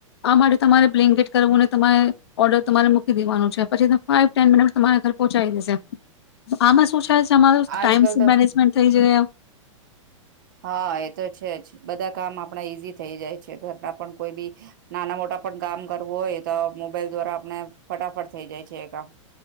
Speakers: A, on the left; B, on the right.
A: આ માટે તમારે બ્લેન્કેટ કરવું અનેને તમારે ઓર્ડર તમારે મૂકી દેવાનું છે પછી ફાાઈવ ટેન મિનિટ તમારે ઘરે પહોંચી દેશે આમાં શું થાય રો ટાઈમ
B: આજકાલ તો
A: મેનેજમેન્ટ થઈ જયા
B: હા એ તો છે જ બધા કામ આપણા ઈઝી થઈ જાય છે ઘરના પણ કોઈ બી નાના મોટા પણ કામ કરવું હોય તો મોબાઈલ દ્વારા આપણે ફટાફટ થઈ જાય છે એ કામ